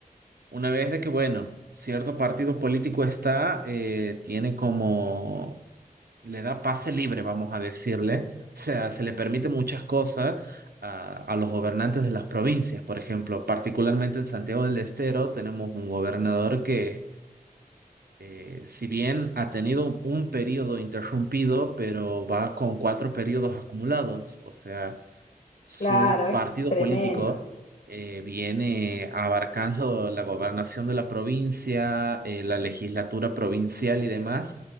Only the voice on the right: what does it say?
una vez de que, bueno, cierto partido político está, eh, tiene como, le da pase libre, vamos a decirle, o sea, se le permite muchas cosas a, a los gobernantes de las provincias, por ejemplo, particularmente en Santiago del Estero tenemos un gobernador que eh, si bien ha tenido un periodo interrumpido, pero va con cuatro periodos acumulados, o sea, su
partido
político eh, viene abarcando <laughs> la gobernación de la provincia, eh, la legislatura provincial y demás